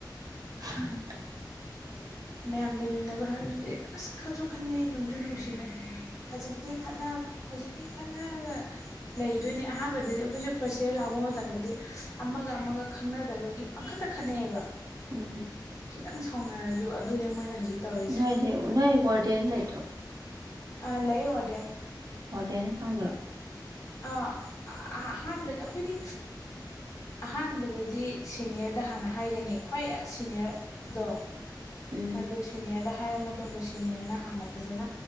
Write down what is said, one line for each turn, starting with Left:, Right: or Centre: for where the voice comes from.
Left: <inaudible>
Right: ꯎꯝ
Left: ꯃꯌꯥꯝ ꯂꯩꯃꯤꯟꯅꯕ ꯍꯥꯏꯕꯁꯤꯗꯤ ꯑꯁ ꯈꯠꯁꯨ ꯈꯠꯅꯩ ꯅꯨꯡꯁꯨ ꯅꯨꯡꯁꯤꯅꯦ꯫ ꯍꯧꯖꯤꯛꯇꯤ ꯍꯧꯖꯤꯛꯇꯤ ꯈꯠꯅꯔꯒ ꯂꯩꯗꯣꯏꯅꯦ ꯑꯍꯥꯟꯕꯗꯗꯤ ꯑꯩꯈꯣꯏꯁꯨ ꯐꯥꯔꯁ ꯏꯌꯥꯔ ꯂꯥꯛꯄ ꯃꯇꯝꯗꯗꯤ ꯑꯃꯒ ꯑꯃꯒ ꯈꯪꯅꯗꯕꯒꯤ ꯄꯡꯈꯠ ꯇ ꯈꯠꯅꯩꯑꯌꯦꯕ
Right: ꯎꯝ
Left: ꯈꯤꯇꯪ ꯁꯥꯎꯅꯔꯁꯨ ꯑꯗꯨꯅꯦ ꯃꯣꯏꯅ ꯍꯧꯖꯤꯛ ꯇꯧꯔꯤꯁꯦ
Right: ꯅꯣꯏꯗꯤ ꯅꯣꯏ ꯋꯥꯔꯗꯦꯟ ꯂꯩꯇ꯭ꯔꯣ?
Left: ꯑ ꯂꯩ ꯑꯣꯗꯦꯟ
Right: ꯋꯔꯗꯦꯟꯗꯤ ꯈꯪꯗꯔꯣ?
Left: ꯑ ꯑꯍꯥꯟꯕꯗꯤ ꯑꯩꯈꯣꯏꯗꯤ ꯑꯍꯥꯟꯕꯗꯗꯤ ꯁꯦꯅꯤꯌꯔꯗꯍꯥꯟꯅ ꯍꯥꯏꯒꯅꯤ ꯈ꯭ꯋꯥꯏ ꯁꯤꯦꯅꯤꯌꯔꯗꯣ
Right: ꯎꯝ
Left: ꯑꯗꯨ ꯁꯦꯅꯤꯌꯔ ꯍ ꯍꯥꯏꯔ ꯃꯇꯨꯡꯗ ꯁꯦꯅꯤꯌꯔꯅ ꯍꯥꯟꯅ ꯐꯖꯅ